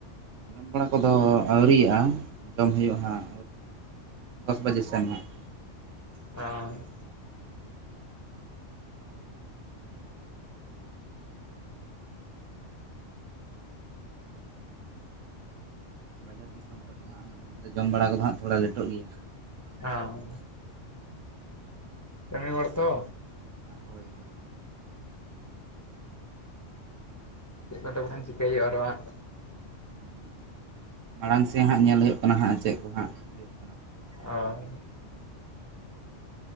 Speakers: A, on the right (about 85°); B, on the left (about 20°).
A: ᱡᱚᱢ ᱵᱟᱲᱟ ᱠᱚᱫᱚ ᱟᱹᱣᱨᱤᱭᱟᱜᱼᱟ ᱡᱚᱢ ᱦᱩᱭᱩᱜᱼᱟ ᱦᱟᱸᱜ ᱫᱚᱥ ᱵᱟᱡᱮ ᱥᱮᱱ ᱦᱟᱸᱜ
B: ᱳ
A: <unintelligible> ᱡᱚᱢ ᱵᱟᱲᱟ ᱠᱚᱫᱚ ᱦᱟᱸᱜ ᱛᱷᱚᱲᱟ ᱞᱮᱴᱚᱜ ᱜᱮᱭᱟ
B: ᱦᱟᱸ ᱠᱟᱹᱢᱤ ᱦᱚᱲ ᱛᱚ
A: ᱦᱳᱭ ᱦᱳᱭ
B: ᱪᱮᱫ ᱠᱚ ᱛᱟᱵᱚᱱ ᱮᱢ ᱪᱤᱠᱟᱹᱟ ᱟᱫᱚ ᱦᱟᱸᱜ
A: ᱦᱩᱸ ᱢᱟᱲᱟᱝ ᱥᱮᱫ ᱦᱟᱸᱜ ᱧᱮᱞ ᱦᱩᱭᱩᱜ ᱠᱟᱱᱟ ᱦᱟᱸᱜ ᱪᱮᱫ ᱠᱚ ᱦᱟᱸᱜ ᱦᱩᱭᱩᱜ ᱠᱟᱱᱟ
B: ᱚ